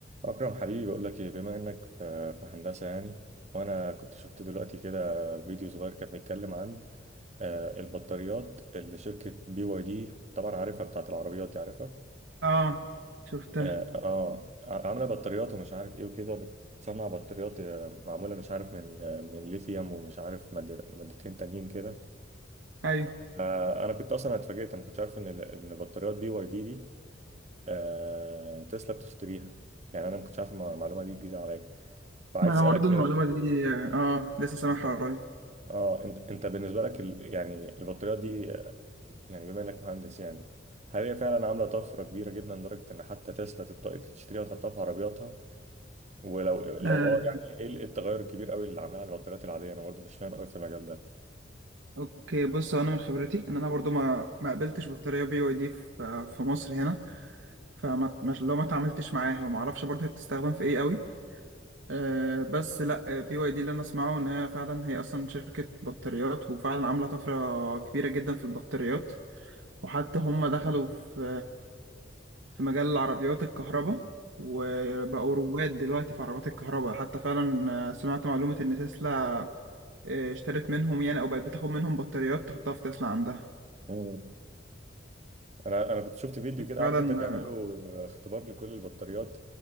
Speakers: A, on the right; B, on the right.
A: أكرم حبيبي بقول لك إيه بما إنك في في هندسة يعني وأنا كنت شفت دلوقتي كده فيديو صغير كان بيتكلم عن آه، البطاريات اللي شركة بي واي دي طبعا عارفها بتاعت العربيات دي عارفها
B: اه شفتها
A: آه, آه عاملة بطاريات ومش عارف إيه وكده بتصنع بطاريات آه، معمولة مش عارف من آه، من ليثيوم ومش عارف مادة- مادتين تانيين كده
B: ايوه
A: آه أنا كنت أصلا اتفاجئت أنا ما كنتش عارف إن ال- إن بطاريات بي واي دي دي آه تسلا بتشتريها يعني أنا ما كنتش عارف المعلومة دي جديدة عليا فعايز
B: ما انا
A: أسألك
B: برضو
A: كده
B: المعلومه دي اه لسه سامعها
A: انت
B: قريب
A: اه انت انت بالنسبه لك ال... يعني البطاريات دي آه، يعني بما انك مهندس يعني هل هي فعلا عامله طفره كبيره جدا لدرجه ان حتى تسلا تط- تشتريها وتحطها في عربياتها ولو لو
B: آه.
A: اه يعني ايه ال- إيه التغير الكبير قوي اللي عاملها على البطاريات العاديه انا برضه مش فاهم قوي في المجال ده
B: اوكي بص هو انا من خبرتي ان انا برضو ما ما قابلتش بطاريه بي واي دي في في مصر هنا فما مش لو ما اتعاملتش معاها وما اعرفش برضو هي بتستخدم في ايه قوي آه بس لا بي واي دي اللي انا اسمعه ان هي فعلا هي اصلا شركه بطاريات وفعلا عامله طفره كبيره جدا في البطاريات وحتى هم دخلوا في في مجال عربيات الكهرباء وبقوا رواد دلوقتي في عربيات الكهرباء حتى فعلا آه، سمعت معلومة إن تسلا آه، اشترت منهم يعني أو بقت بتاخد منهم بطاريات تحطها في تسلا عندها
A: امم انا انا كنت شفت فيديو كده
B: فعلا
A: عارف انت بيعملوا
B: آه،
A: اختبار لكل البطاريات